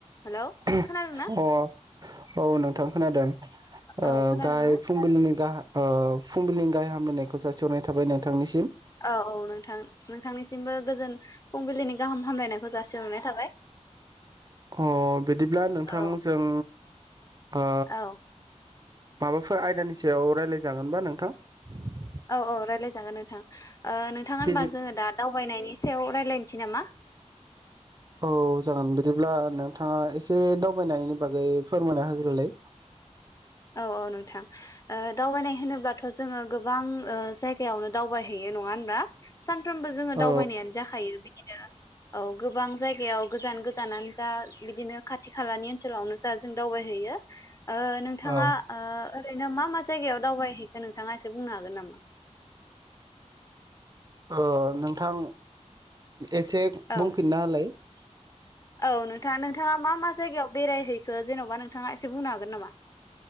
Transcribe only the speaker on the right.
अ
औ नोंथां खोनादों ओ
गाहाय फुंबिलिनि गाह। फुंबिलिनि गाहाम हामलायनायखौ जासिहरनाय थाबाय नोंथांनिसिम
अ बिदिब्ला नोंथां
जों। ओ
माबाफो फोर आयदानि सायाव राय्लाय जागोन नङा होनबा नोंथां?
बिदि
औ जागोन बिदिनो। ब्ला नोंथाङा एसे दावबायनायनि बागै फोरमायना होग्रोलाय।
औ
औ
ओ नोंथां। एसे
बुंफिनना होलाय ।